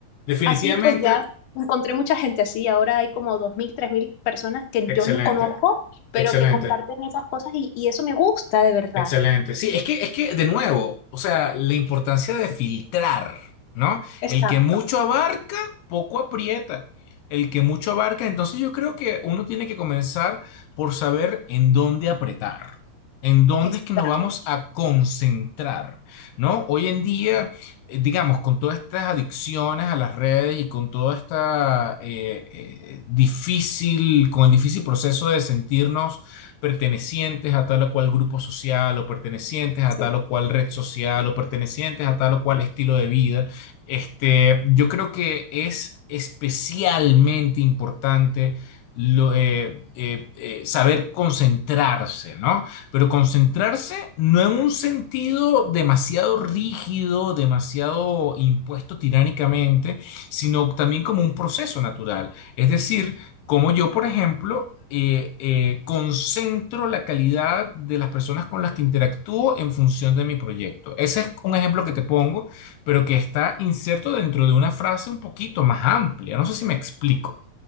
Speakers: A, on the left; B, on the left.
A: definitivamente,
B: así pues ya encontré mucha gente así. Ahora hay como dos mil, tres mil personas que
A: excelente,
B: yo no conozco, pero
A: excelente.
B: que comparten esas cosas y, y eso me gusta de verdad.
A: Excelente. Sí, es que, es que, de nuevo, o sea, la importancia de filtrar, ¿no?
B: Exacto.
A: El que mucho abarca, poco aprieta. El que mucho abarca, entonces yo creo que uno tiene que comenzar por saber en dónde apretar, en dónde
B: Exacto,
A: es que nos vamos a concentrar, ¿no? Hoy en día, eh, digamos, con todas estas adicciones a las redes y con toda esta eh, eh, difícil, con el difícil proceso de sentirnos pertenecientes a tal o cual grupo social o pertenecientes a
B: sí.
A: tal o cual red social o pertenecientes a tal o cual estilo de vida. Este, yo creo que es especialmente importante lo- eh, eh, eh, saber concentrarse, ¿no? Pero concentrarse no en un sentido demasiado rígido, demasiado impuesto tiránicamente, sino también como un proceso natural. Es decir, como yo, por ejemplo, eh, eh, concentro la calidad de las personas con las que interactúo en función de mi proyecto. Ese es un ejemplo que te pongo, pero que está inserto dentro de una frase un poquito más amplia. No sé si me explico.